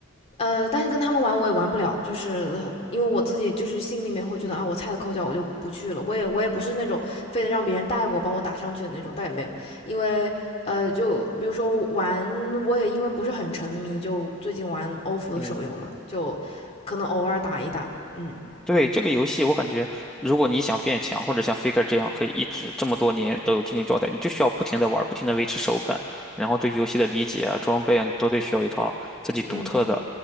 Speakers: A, on the left; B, in the centre.
A: 呃，但是跟他们玩我也玩不了，就是呃因为我自己就是心里面会觉得啊，我菜的抠脚我就不去了，我也我也不是那种非得让别人带我帮我打上去的那种，但也没有，因为呃，就比如说玩，我也因为不是很沉迷，就最近玩欧服的手游嘛，
B: 嗯。
A: 就可能偶尔打一打，嗯
B: 对，这个游戏，我感觉，如果你想变强，或者像 Faker 这样可以一直这么多年都有竞技状态，你就需要不停的玩，不停的维持手感，然后对游戏的理解啊、装备啊，你都得需要一套自己独特的
A: 嗯。